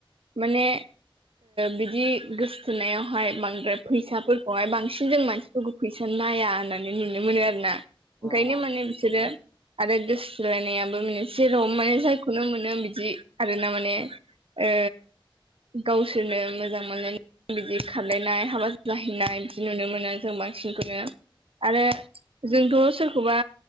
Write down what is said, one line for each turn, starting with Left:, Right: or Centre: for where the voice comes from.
Right: माने बेदि गोसो सुनायावहाय बांद्राय फैसाफोरखौहाय बांसिन जों मानसिफोरखौ फैसा नाया होनना नुनो मोनो आरोना
Left: औ
Right: ओंखायनो
Left: औ
Right: माने बिसोरो आरो गोसोलायनायाबो जेरहम माने जायखौनो मोनो बिदि आरोना माने ओ गावसोरनो मोजां मोनलाय बिदि खारलायनाय हाबा जहैनाय बिदि नुनो मोनो जों बांसिनखौनो आरो
Left: ओम
Right: जोंथ' सोरखौबा